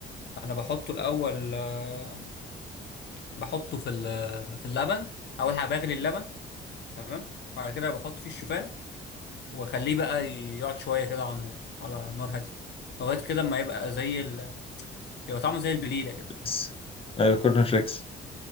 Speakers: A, on the left; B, on the left.
A: انا بحطه الاول آه، بحطه في ال... في اللبن اول حاجه بغلي اللبن تمام بعد كده بحط فيه الشوفان واخليه بقى يقعد شويه كده على النار على نار هاديه لغايه كده ما يبقى زي ال... يبقى طعمه زي البليله كده
B: بس ايوه كورن فليكس